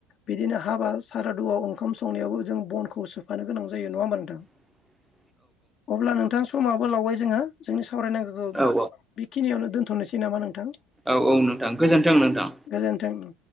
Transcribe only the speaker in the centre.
<inaudible>
औ औ
औ औ नोंथां गोजोनथों नोंथां।